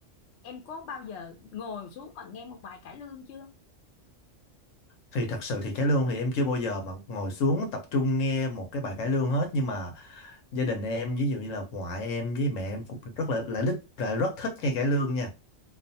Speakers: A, on the left; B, on the left.
A: em có bao giờ ngồi xuống mà nghe một bài cải lương chưa
B: thì thật sự thì cải lương thì em chưa bao giờ mà ngồi xuống tập trung nghe một cái bài cải lương hết nhưng mà gia đình em ví dụ như là ngoại em với mẹ em cũng rất là lại thích lại rất thích nghe cải lương nha